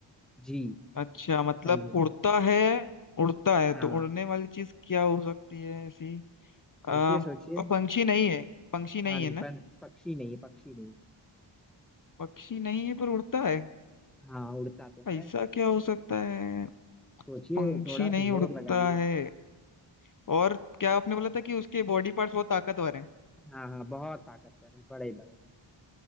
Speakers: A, in the centre; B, on the left (about 40°).
A: जी
B: अच्छा मतलब
A: बताइए
B: उड़ता है उड़ता है
A: हाँ
B: तो उड़ने वाली चीज क्या हो सकती है ऐसी आ,
A: सोचिए सोचिए
B: पंछी नहीं है पंछी नहीं
A: हाँ नहीं
B: है ना
A: पर पक्षी नहीं है पक्षी नहीं है।
B: पक्षी नहीं है पर उड़ता है
A: हाँ उड़ता तो
B: ऐसा
A: है
B: क्या हो सकता है
A: सोचिए
B: पंछी
A: थोड़ा
B: नहीं
A: सा जोर
B: उड़ता
A: लगाइए
B: है और क्या आपने बोला था कि उसके बॉडी पार्ट्स बहुत ताकतवर हैं
A: हाँ हाँ बहुत ताकतवर है बड़े बड़े